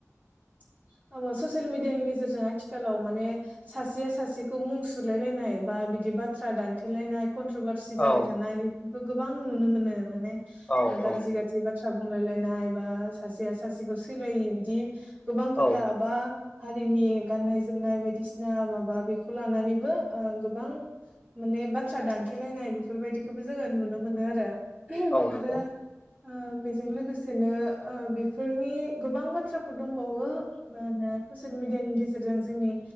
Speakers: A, on the right (about 35°); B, on the left (about 20°).
A: <inaudible> अ ससियेल मिडियानि गेजेरजों आथिखालाव माने सासेया सासेखौ मुं सुलायलायनाय बा बिदि बाथ्रा दानथेलायनाय कनट्रभारसि जाबाय
B: औ
A: थानाय बेफोरखौ गोबां नुनो मोनो माने
B: औ
A: ओ गारजि
B: औ
A: गाज्रि बाथ्रा बुं रायलायनाय बा सासेया सासेखौ सैलायि बिदि गोबां खोथा
B: औ
A: बा हारिनि गाननाय जोमनाय बायदिसिना माबा बेखौ लानानैबो ओ गोबां माने बाथ्रा दानथेलायनाय बेफोर बायदिखोबो जोङो नुनो मोनो आरो <inaudible>
B: औ नंगौ
A: आरो ओ बेजों लोगोसेनो ओ बेफोरनि गोबां बाथ्राफोर दं। बावो मा होनो ससियेल मिडियानि गेजेरजों जोंनि